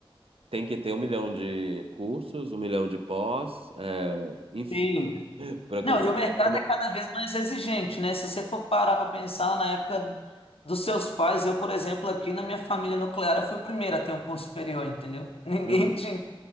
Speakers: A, on the right (about 75°); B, on the left (about 85°).
A: tem que ter um milhão de cursos, um milhão de pós, é, enfim,
B: Sim.
A: <laughs> pra
B: Não,
A: conseguir
B: e o mercado
A: uma promoção.
B: é cada vez mais exigente, né? Se você for parar para pensar na época dos seus pais, eu, por exemplo, aqui na minha família nuclear, eu fui o primeiro a ter um curso superior, entendeu? <laughs> Ninguém
A: Uhum.
B: tinha.